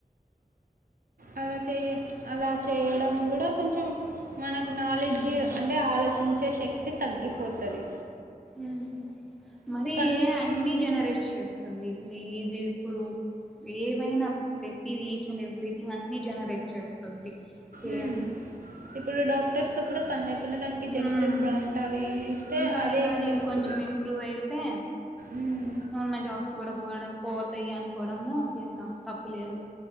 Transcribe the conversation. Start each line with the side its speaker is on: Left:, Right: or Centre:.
Right: అలా చెయ అలా చేయడం కూడా కొంచెం మనకు నాలెడ్జ్
Centre: మ్
Right: అంటే ఆలోచించే శక్తి తగ్గిపోతుది
Centre: ఉ మరి
Right: అందుకు
Centre: ఏ అన్ని జనరేట్ చేస్తుంది ఇది వి ఇది ఇప్పుడు ఏవైనా ప్రతిది ఈచ్ అండ్ ఎవ్రీథింగ్ అన్ని జనరేట్ చేస్తుంది ఏయ
Right: మ్మ్. ఇప్పుడు డాక్టర్స్ తో కూడా పనిలే స్తున్న దానికి జస్ట్
Centre: ఉమ్
Right: ప్రాముటవి ఇస్తే
Centre: ఇంకా
Right: అదే
Centre: ఇలానే
Right: ఇచ్చేస్తుంది
Centre: ఇంకొంచెం ఇంప్రూవ్ అయితే
Right: మ్మ్.
Centre: ఉన్న జాబ్స్ కూడా పోవడం పోతాయి అనుకోవడంలో అసలు ఇంకా తప్పు లేదు